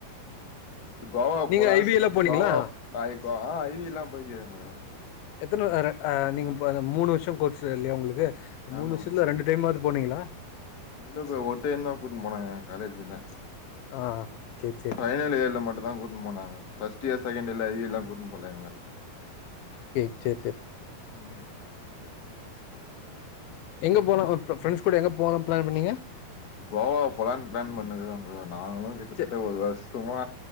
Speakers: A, on the left; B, on the left.
A: கோவா போலா
B: நீங்க ஐ வி எல்லா போனீங்களா
A: கோவா ஆ இப்போ ஐ வி எல்லா போய்ருக்கங்க மேடொ
B: எத்தன ர அ நீங்க இப்ப ந மூணு வருஷோ கோர்ஸ் இல்லையா உங்களுக்கு
A: ஆமா
B: மூணு வருஷத்துல
A: ப்ரோ
B: ரெண்டு டைமாது போனீங்களா
A: இல்ல ப்ரோ ஒரு டைம்தா கூட்டு போனாங்க காலேஜ்ல
B: ஆ சேரி சேரி
A: ஃபைனல் இயர்ல மட்டுந்தா கூட்டு போனாங்க ஃபஸ்ட் இயர் செகண்ட் இயர்ல ஐ வி எல்லா கூட்டு போகல எங்கள
B: கே சேர் சேர்
A: ம் ம்
B: எங்க போனூ ஃப் ஃப்ரண்ட்ஸ் கூட எங்கே போனுன் பிளான் பண்ணீங்க
A: கோவா போலான்னு பிளான் பண்ணிருக்கோ ப்ரோ நாங்களு கிட்டத்தட்ட
B: சே
A: ஒரு வருஷமா